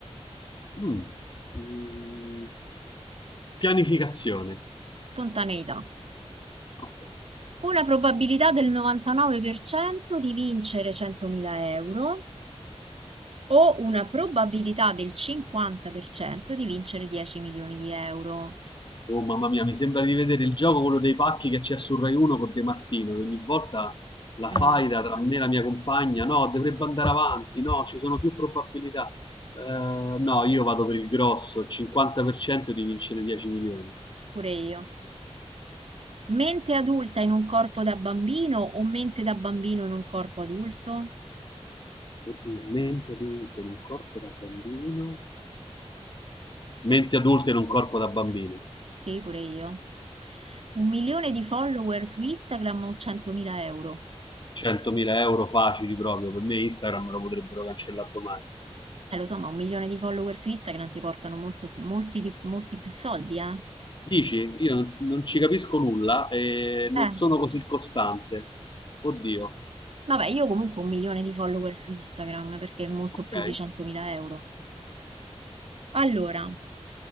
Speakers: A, on the left; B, on the right.
A: Mm. Mm. Pianificazione.
B: Spontaneità.
A: Ok.
B: Una probabilità del 99% di vincere 100.000 euro o una probabilità del 50% di vincere 10 milioni di euro.
A: Oh, mamma mia, mi sembra di vedere il gioco, quello dei pacchi che c'è su Rai 1 con De Martino, che ogni volta la
B: Mm,
A: faida tra me e la mia compagna, no, dovrebbe andare avanti, no, ci sono più probabilità. Eh, no, io vado per il grosso, 50% di vincere 10 milioni.
B: pure io. Mente adulta in un corpo da bambino o mente da bambino in un corpo adulto?
A: Oddio, mente adulta in un corpo da bambino. Mente adulta in un corpo da bambino.
B: Sì, pure io. Un milione di follower su Instagram o 100.000 euro?
A: 100.000 euro facili proprio, per me Instagram me lo potrebbero cancellare domani.
B: Eh, lo so, ma un milione di follower su Instagram ti portano molto- molti, di- molti più soldi, eh?
A: Dici, io non, non ci capisco nulla e non
B: Eh,
A: sono così costante. Oddio,
B: vabbè, io comunque un milione di follower su Instagram perché è molto
A: ok.
B: più di 100.000 euro. Allora,